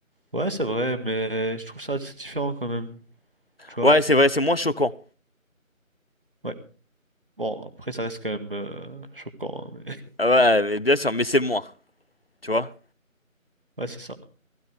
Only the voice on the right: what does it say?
Ouais, c'est vrai, mais je trouve ça assez différent quand même, tu vois?
Ouais. Bon, après, ça reste quand même euh, choquant, hein, mais...
<laughs>
Ouais, c'est ça.